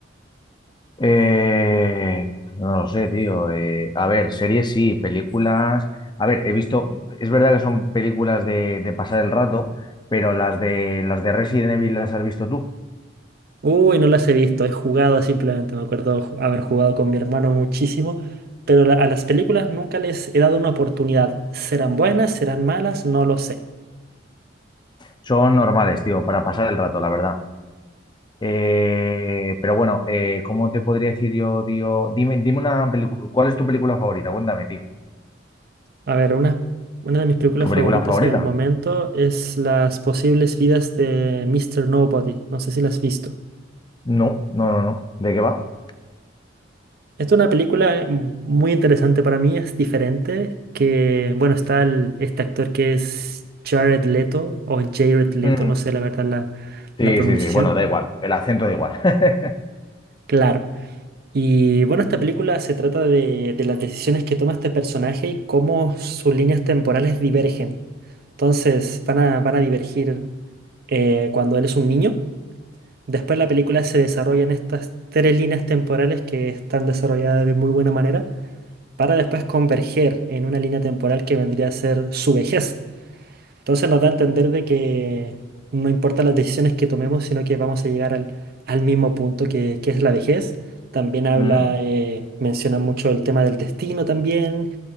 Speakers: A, on the left; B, on the right.
A: Eh, no lo sé, tío. Eh, a ver, series sí, películas. A ver, he visto, es verdad que son películas de, de pasar el rato, pero las de las de Resident Evil las has visto tú.
B: Uy, no las he visto, he jugado simplemente, me acuerdo ju- haber jugado con mi hermano muchísimo, pero la- a las películas nunca les he dado una oportunidad. ¿Serán buenas? ¿Serán malas? No lo sé.
A: Son normales, tío, para pasar el rato, la verdad. Eh, pero bueno, eh, ¿cómo te podría decir yo, tío? Dime, dime una película. ¿Cuál es tu película favorita? Cuéntame, tío.
B: A ver, una, una de mis películas
A: ¿Tu película
B: favoritas
A: favorita?
B: en el momento es Las posibles vidas de Mr. Nobody. No sé si la has visto.
A: No, no, no, no. ¿De qué va?
B: Esta es una película eh, muy interesante para mí, es diferente, que, bueno, está el- este actor que es Jared Leto, o Jared Leto,
A: Mm.
B: no sé la verdad la,
A: Sí,
B: la pronunciación.
A: sí, sí. Bueno, da igual. El acento da igual. <laughs>
B: Claro. Y bueno, esta película se trata de, de las decisiones que toma este personaje y cómo sus líneas temporales divergen. Entonces van a, van a divergir eh, cuando él es un niño. Después la película se desarrolla en estas tres líneas temporales que están desarrolladas de muy buena manera, para después converger en una línea temporal que vendría a ser su vejez. Entonces nos da a entender de que no importa las decisiones que tomemos, sino que vamos a llegar al, al mismo punto que, que es la vejez. También habla,
A: Mm,
B: eh, menciona mucho el tema del destino también.